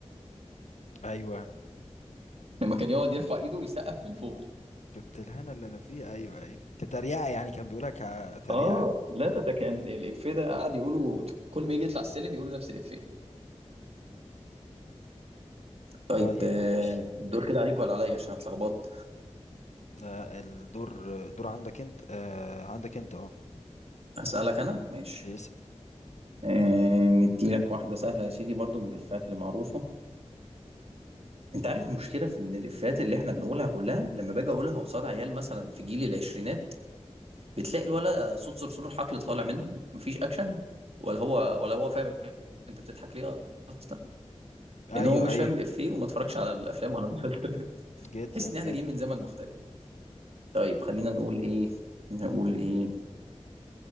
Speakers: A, on the left; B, on the right.
A: ايوه
B: لما كان يقعد يرفع ايده ويسقف من
A: امم
B: فوق
A: شفت الهنا اللي انا فيه ايوه ايوه كتريقه يعني كان بيقولها كتريقه
B: اه لا لا ده كان الافيه ده قعد يقوله ت- كل ما يجي يطلع السلم يقول نفس الافيه طيب
A: طيب
B: آه،
A: ماشي
B: الدور كده عليك ولا عليا عشان اتلخبطت
A: آه الدور دور عندك انت آه عندك انت اه
B: هسألك انا ماشي
A: اسال
B: آه، ندي لك واحده سهله يا سيدي برضو من الافيهات المعروفه انت عارف المشكله في ان الافيهات اللي احنا بنقولها كلها لما باجي اقولها قصاد عيال مثلا في جيل العشرينات بتلاقي الولا صوت صرصور الحقل طالع منه مفيش اكشن ولا هو ولا هو فاهم انت بتضحك ليه اصلا
A: ايوه
B: لان هو مش
A: ايوه
B: فاهم الافيه وما اتفرجش على الافلام ولا المسلسلات <laughs>
A: جدا
B: تحس ان
A: جدا
B: احنا جايين من زمن مختلف طيب خلينا نقول ايه نقول ايه